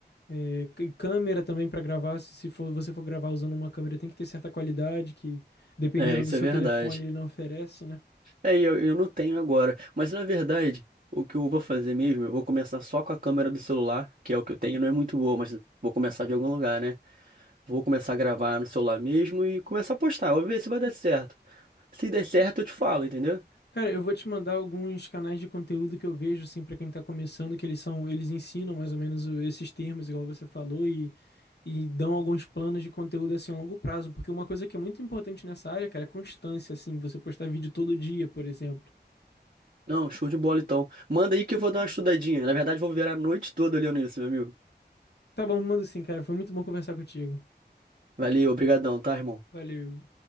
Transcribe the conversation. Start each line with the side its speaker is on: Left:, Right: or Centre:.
Left: É, câmera também para gravar, se, se for, você for gravar usando uma câmera, tem que ter certa qualidade que, dependendo
Right: É, isso
Left: do seu
Right: é verdade.
Left: telefone, ele não oferece, né?
Right: É, e eu, eu não tenho agora. Mas na verdade, o que eu vou fazer mesmo, eu vou começar só com a câmera do celular, que é o que eu tenho, não é muito boa, mas vou começar de algum lugar, né? Vou começar a gravar no celular mesmo e começar a postar. Vou ver se vai dar certo. Se der certo, eu te falo, entendeu?
Left: Cara, eu vou te mandar alguns canais de conteúdo que eu vejo, assim, para quem tá começando, que eles são, eles ensinam mais ou menos o- esses termos, igual você falou, e, e dão alguns planos de conteúdo, assim, a longo prazo, porque uma coisa que é muito importante nessa área, cara, é constância, assim, você postar vídeo todo dia, por exemplo.
Right: Não, show de bola então. Manda aí que eu vou dar uma estudadinha. Na verdade, vou virar a noite toda olhando isso, meu amigo.
Left: Tá bom, manda assim, cara, foi muito bom conversar contigo.
Right: Valeu, obrigadão, tá, irmão?
Left: Valeu.